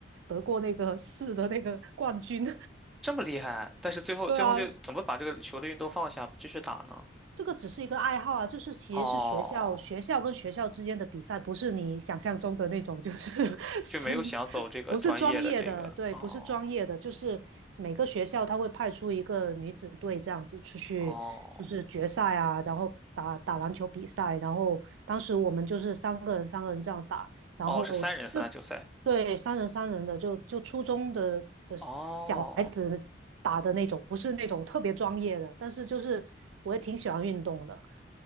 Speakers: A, on the right; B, in the centre.
A: 得过那个 <laughs> 市的那个冠军。
B: 这么厉害，但是最后最后就怎么把这个球的运动放下，
A: <laughs> 对啊，
B: 不继续打呢？
A: 这个只是一个爱好啊，就是其实是学校学校跟学校之间的比赛，
B: 哦，
A: 不是你想象中的那种，就是 <laughs> 生，
B: 就没有想走这个专业的这个，
A: 不是专业的，对，
B: 哦
A: 不是专业的，就是每个学校他会派出一个女子队这样子出去，
B: 哦
A: 就是决赛啊，然后打打篮球比赛，然后当时我们就是三个人三个人这样打，然后就
B: 哦，是三人三打九赛，
A: 对，三人三人的，就就初中的的小孩子打的那种，
B: 哦
A: 不是那种特别专业的，但是就是我也挺喜欢运动的，